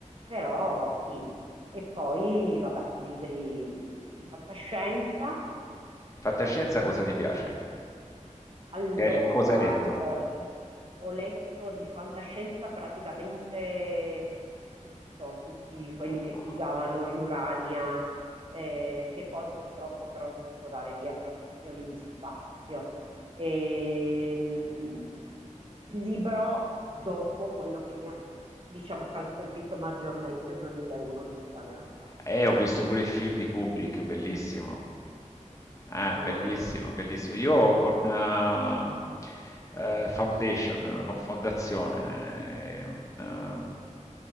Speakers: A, on the right (about 45°); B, on the left (about 25°).
A: però sì. E poi, vabbè, i libri di fantascienza.
B: Fantascienza
A: eh,
B: cosa ti piace?
A: allora,
B: Che hai le- cosa hai letto?
A: eh, Grazie. ho letto di fantascienza praticamente tutto, tutti quelli
B: Ah,
A: che si usavano, gli Urania, eh, che poi purtroppo però ho dovuto dare via per questioni di spazio. E, mh, il libro dopo quello che mi ha, diciamo, cal- colpito maggiormente, 2001, Odissea nello spazio.
B: Eh, ho visto pure il film di Kubrick, bellissimo. Ah, bellissimo,
A: Una-
B: bellissimo. Io con eh, eh, Foundation, eh, con Fondazione, è un,